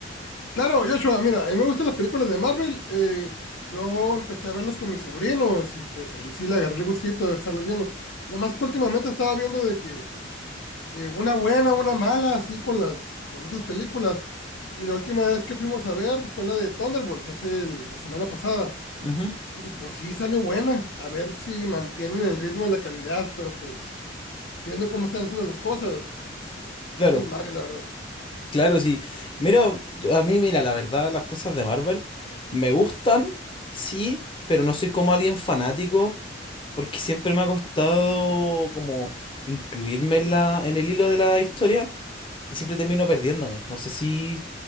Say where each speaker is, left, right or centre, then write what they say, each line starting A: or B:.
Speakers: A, on the left; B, on the left.
A: Claro, Joshua, mira, a mí me gustan las películas de Marvel. eh, yo empecé a verlas con mis sobrinos y pues ahí sí le agarré el gustito de estarlas viendo. Nada más que últimamente estaba viendo de que eh, una buena, una mala, así con las, con esas películas. Y la última vez que fuimos a ver fue la de Thunderbolt, hace el- la semana pasada.
B: Ujú,
A: Y pues sí salió buena. A ver si mantienen el ritmo de la calidad, pero pues viendo cómo están haciendo las cosas,
B: Claro,
A: es un desmadre, la verdad.
B: claro, sí. Mira, yo- a mí, mira, la verdad, las cosas de Marvel me gustan, sí, pero no soy como alguien fanático, porque siempre me ha costado como incluirme en la, en el hilo de la historia. y siempre termino perdiéndome. No sé si